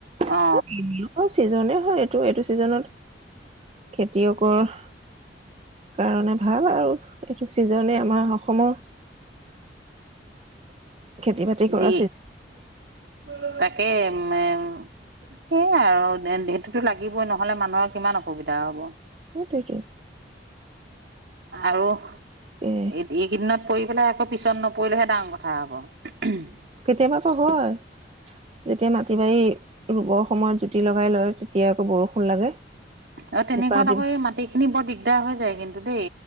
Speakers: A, on the right; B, on the right.
A: অ
B: <inaudible> অ ছিজনে হয় এইটো এইটো ছিজনত, খেতিয়কৰ কাৰণে ভাল আৰু এইটো ছিজনেই আমাৰ অসমৰ খেতি বাতি কৰা
A: দি,
B: ছিজন
A: <unintelligible> সেয়াই আৰু সেইটোতো লাগিবই নহলে মানুহৰ কিমান অসুবিধা হ'ব।
B: সেইটোৱেটো।
A: আৰু এইত
B: এ
A: এই- কিদিনত পৰি পেলাই আকৌ পিছত নপৰিলেহে ডাঙৰ কথা হ'ব।
B: কেতিয়াবা আক হয়। যেতিয়া মাটি বাৰী ৰুবৰ সময়ত জুতি লগাই লয়, তেতিয়া আকৌ বৰষুণ লাগে।
A: অ তেনেকুৱাত
B: বোকা দিব
A: আকৌ এই মাটি খিনি বৰ দিগদাৰ হৈ যায় কিন্তু দেই।